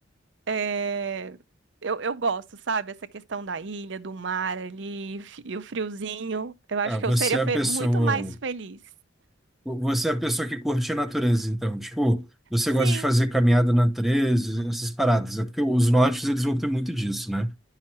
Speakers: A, on the right (about 70°); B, in the centre.
A: É, eu, eu gosto, sabe? Essa questão da ilha, do mar ali fi- e o friozinho. Eu acho
B: Ah,
A: que
B: você
A: eu seria
B: é
A: fe-
B: a pessoa.
A: muito mais feliz.
B: Você é a pessoa que curte a natureza, então. Tipo, você
A: Sim,
B: gosta de fazer caminhada na natureza, essas paradas. É porque os nortes, eles vão ter muito disso, né?